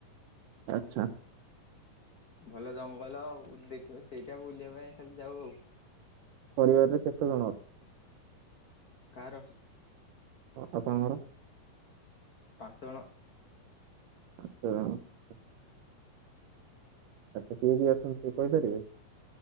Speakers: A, on the right; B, on the left.
A: ଆଚ୍ଛା।
B: ଭଲ ଜଙ୍ଗଲ ଆଉ ଦେଖିବ ସେଇଟା ବୁଲିବା ପାଇଁ ଖାଲି ଯାଉ ଆଉ।
A: ପରିବାରରେ କେତେ ଜଣ ଅଛନ୍ତି?
B: କାହାର?
A: ଆପଣଙ୍କର।
B: ପାଞ୍ଚ ଜଣ।
A: ପାଞ୍ଚ ଜଣ। ଆଛା କିଏ କିିଏ ଅଛନ୍ତି ତ କହିପାରିବେ?